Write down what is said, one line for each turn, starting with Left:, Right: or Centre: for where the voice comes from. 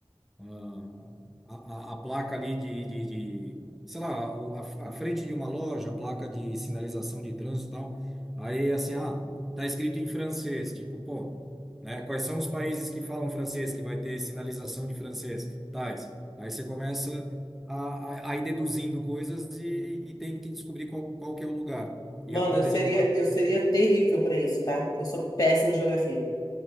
Centre: ah, a, a, a placa ali de, de, de- sei lá, o- a, a frente de uma loja, a placa de sinalização de trânsito e tal. Aí, assim, ah, tá escrito em francês, tipo, pô, né? Quais são os países que falam francês, que vai ter sinalização de francês? Tais. Aí você começa a, a, a ir deduzindo coisas e, e tem que descobrir qual, qual que é o lugar.
Left: Mano,
Centre: E aponta
Left: eu seria,
Centre: ele numa
Left: eu seria terrível pra isso, tá? Eu sou péssima em geografia.